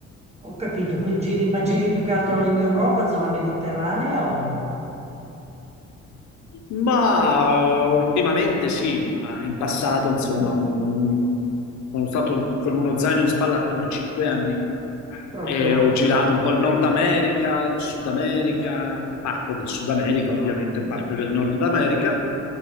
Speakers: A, on the right (about 20°); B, on the left (about 65°).
A: Ho capito, quei giri, ma giri più che altro
B: Mm.
A: in Europa, zona mediterranea o
B: Ma eh, ultimamente sì, ma in passato, insomma,
A: Mm,
B: con un- sono stato con uno zaino in spalla per cinque anni
A: proprio...
B: e ho girato un po' il Nord America, il Sud America, parte del Sud America, ovviamente
A: Mm.
B: parte del Nord America,